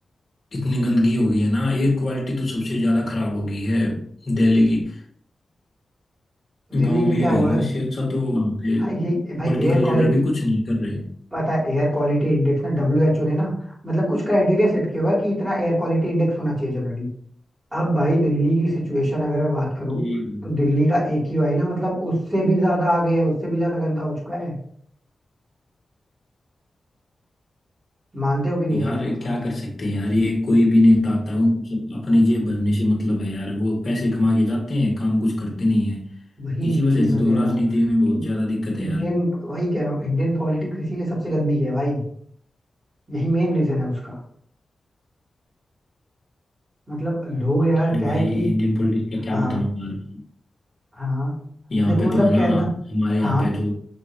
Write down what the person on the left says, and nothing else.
इतनी गंदगी हो गई है ना एयर क्वालिटी तो सबसे ज्यादा खराब हो गई है दिल्ली की
गांव
में
रह
लो
इससे अच्छा तो वहां पे
पॉलिटिकल
लीडर भी कुछ नहीं कर रहे हैं
ये
यार
क्या कर सकते हैं यार ये कोई भी नेता आता है उनको सब अपनी जेब भरने से मतलब है यार वो पैसे कमा के जाते हैं काम कुछ करते नहीं है
इसी वजह
से
तो
राजनीति
में बहुत
ज्यादा दिक्कत है
यार
अरे
भाई
इंडियन पॉलिटिक्स का क्या
बताऊं यार
यहाँ
पे
तो है ना
हमारे यहाँ
पे जो